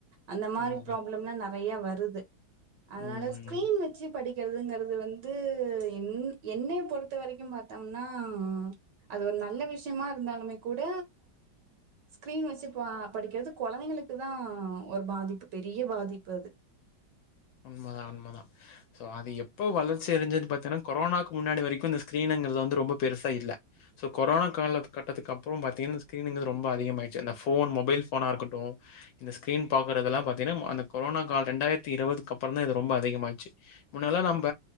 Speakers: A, on the right; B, on the left.
A: அந்த மாரி
B: உண்மதான்
A: ப்ராப்ளம்னாம் ந வையா வருது அதனால
B: ம்
A: ஸ்கிரீன் வச்சு படிக் இருக்கிறதுங்கிறது வந்து என் என்னைய பொறுத்த வரைக்கும் பாத்தோம்னா அது ஒரு நல்ல விஷயமா இருந்தாலுமே கூட ஸ்கிரீன் வச்சு பா படிக்கிறது கொழந்தைங்களுக்கு தான் ஒரு பாதிப்பு பெரிய பாதிப்பு அது
B: உண்மதான் உண்மதான் சோ அது எப்ப வளர்ச்சி அரிஞ்சது பாத்தீங்கன்னா கொரோனாக்கு முன்னாடி வரைக்கும் இந்த ஸிரீன்ங்கது வந்து ரொம்ப பெருசா இல்ல சோ கொரோனா கால கட்டது அப்பறம் பத்தீங்கன்னா ஃகிறீனுக்குறது ரொம்ப அதிகம் யிச்சு அந்த மொபைல் போனா இருக்கட்டும் இந்த ஸ்கிரீன் பாரதல்லாம் பாத்தீங்கன்னா அந்த கொரோனா கால் ரெண்டாயிறது இருபது கப்பரம் தான் ரொம்ப அதிகமாச்சு முன்னல நம்ப